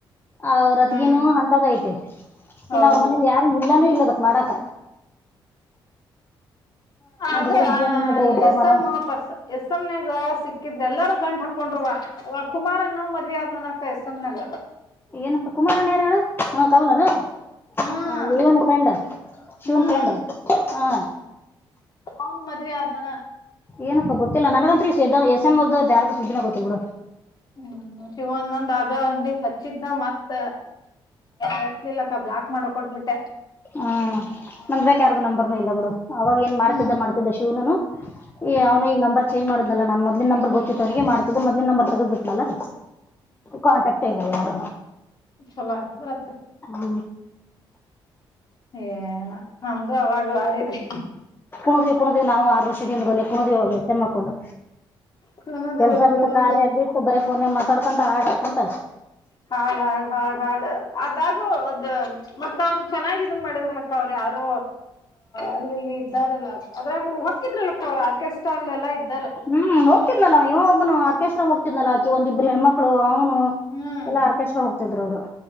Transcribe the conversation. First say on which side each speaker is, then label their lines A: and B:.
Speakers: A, on the left; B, on the left.
A: ಅವ್ರ ಅತಿಗನು
B: ಹ್ಮ್
A: ಅಂತದ ಐತೆ
B: ಹೌದುವ
A: ಇನ್ನು ಅವ್ರ ಮನೇಲಿ ಯಾರ ಇಲ್ಲದಕ್ ಮಾಡಕ
B: ಆಗ
A: ಹುಡುಗನ್ ಜೀವನನಾದ್ರೂ ಉದ್ದಾರ
B: ಎಸ್
A: ಮಾಡೋಣ
B: ಎಮ ಪಸ್ ಎಸ್ ಎಮನಾಗ ಸಿ ಹಾಕಿದ್ರ ಎಲ್ಲಾರೂ ಗಂಟ್ ಹಾಕೊಂಡ್ವ ಕುಮಾರ ಅನ್ನ ಮದ್ವಿ ಆದ್ ನನ ಎಸ್ ಎಮ್ನಾಗ
A: ಏನಪ್ಪ ಕುಮಾರನ್ ಯಾರ ಹೇಳು ಹ್ಮ ಕಮಲನು
B: ಹ್ಮ್
A: ಹ ವನು ಕಂಡ ಶಿವನ್
B: ಹ್ಮ್
A: ಕಂಡ ಹಾ
B: ಅವನು ಮದುವೆಯ ಆದನಾನ
A: ಏನಪ್ಪಾ ಗೊತ್ತಿಲ್ಲ ನನಗಂತ್ರ ಎಸ್ ಎಮರ್್ ಯಾರು ಸುದ್ದಿನ ಗೊತ್ತತಿಲ್ ಬಿಡು
B: ಹ್ಮ್ ಶಿವನಂದ್ ಆಗ ಅಿ ಹಚ್ಚಿದನ ಮತ್ತ ಹರ್ಲಿಲ್ಲಕ್ಕ ಬ್ಲಾಕ್ ಮಾಡಕ್ ಕೊಟ್ಬಿಟ್ಟೆ
A: ಹ್ಮ ನಂದ್ ಬೇಕ ಯಾರ್ದು ನಂಬರ್ನು ಇಲ್ಲ ಬಿಡು ಅವವಾಗ ಏನ್ ಮಾಡ್ತಿದ್ದ
B: ಹ್ಮ್
A: ಮಾಡ್ತಿದ್ದ ಶಿವನುನು ಏ
B: ಹ್ಮ್
A: ಅವ್ನು ಈ ನಂಬ ಚೇಜ್ ಮಾಡುದ್ದಲ್ಲ ನಾನ್ ಮೊದ್ಲ್ ನಂಬರ್ ಗೊತ್ತತ್ತು ಅವನಿಗೆ ಮಾಡ್ತಿದ್ದೆ ಮೊದ್ ನಂಬರ್ ತಗದ್ ಬಿಟ್ಲಾ ಕಾಂಟಕ್ ಇಲ್ಲ ಯಾರ
B: ಚಲತ್ ಹತ
A: ಹ್ಮ
B: ಏನ ನಮ್ದು ಅವಾಗ್ಲ ಆಡಿದ್ರಿ
A: ಕುಣುದವಿ ಕುಣುದಿವವಿ ನಾವು ಆರು ರ್ಷದಿಂದ ಬಲೆ ಕುಣದಿವವಿ ಹೋಗಿ ಸಮ್ಮಕ್ಕೊಂಡು
B: ಕುಣದು
A: ಕೆಲ್ಸ
B: ಕುಣದು
A: ಬಿಟ್ಟ ಕಾರ್ಯ ಬಿಟ್ಟು ಬರೀ ಫೋನಾಗ ಮಾತಾಡ್ಕಂತ ಹಾಡ್ಾಡ್ಕಂತ
B: ಹಾ ಹಾ ಹಾ ಹಾ ಅಡು ಗು ಅದ್ ಮತ್ತ ಅವರು ಚೆನ್ನಾಗ ಇದನ್ ಮಾಡಿದ್ರಲಕ್ಕ ಅವ್ರೆ ಯಾರೋ ಅಲ್ಲಿಲ್ಲಿ ಇದಾರೆಲ್ಲ ಆದ್ರ ಹೊಕ್ಕಿದ್ರಕ್ಕ ಅವ ಆರ್ಕೆಸ್ಟ್ರಾ ಅಲ್ಲಲ್ಲ ಇದ
A: ಹ್ಮ್ ಹೋಗ್ತಿದ್ಲವ ಇವ ಒಬ್ಬನು ಆರ್ಕೆಸ್ಟ್ರಾಗ ಹೋಗ್ತಿದ್ಲಾ ಒಂದಿಬ್ಬ ಹೆಣ್ಮಳು ಅವ್ನು ಹ್ಮ
B: ಹ್ಮ್
A: ಎಲ್ಲಾ ಆರ್ಕೆಸ್್ರ ಹೋಗ್ತಿದ್ರು ಅವರು